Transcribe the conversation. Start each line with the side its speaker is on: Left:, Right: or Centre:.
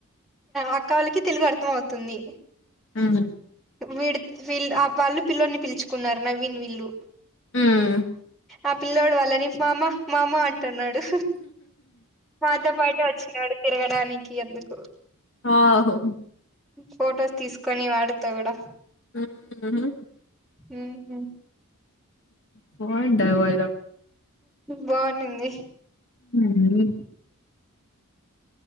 Centre: అక్క వాళ్ళకి తెలుగు అర్థం అవుతుంది
Left: హ్మ్
Centre: వీడి వీళ్ళు ఆ వాళ్ళు పిల్ల్లోని పిలుచుకున్నారు నవీన్ వీళ్ళు
Left: హ్మ్
Centre: అ పిల్లోడు వాళ్ళని మామ మామ అం తన్నాడు మాతో పాటే వచ్చినాడు తిరగడాని కి ఎందుకు
Left: ఆహో
Centre: ఫొటోస్ తీసుకొని వాడు తగడ
Left: హ్మ్
Centre: ఊహూ
Left: పో అంటావా ర
Centre: బాగునింది
Left: <unintelligible>